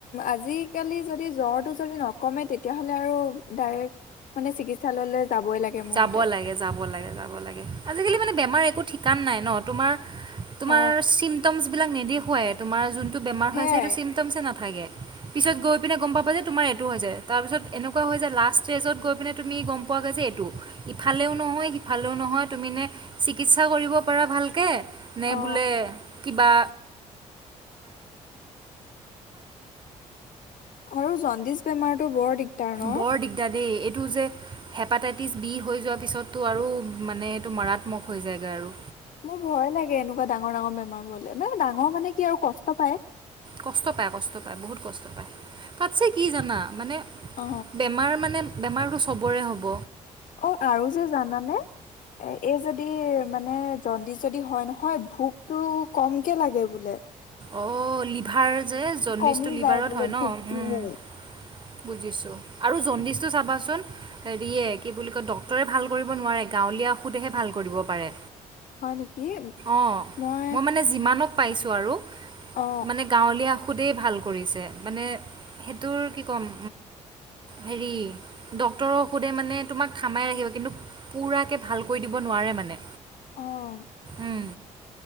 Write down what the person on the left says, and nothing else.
আজিকালি যদি জ্বৰটো যদি নকমে তেতিয়াহ'লে আৰু ডাইৰেক্ট মানে চিকিৎসালয়লৈ যাবই লাগে মোৰ
মতে
অ
সেয়াই
অ
আৰু জণ্ডিচ বেমাৰতটো বৰ দিগদাৰ ন?
মোৰ ভয়ে লাগে! এনেকুৱা ডাঙৰ, ডাঙৰ বেমাৰ বোৰ <unintelligible> ডাঙৰ মানে কি আৰু কষ্ট পায়।
অ
অ', আৰু যে জানানে এ যদি মানে জণ্ডিছ যদি হয় নহয়, ভোকটো কমকে লাগে বোলে।
কমি
যায় বোলে
ভোকটো
হয় নিকি,
মই
অ
অ',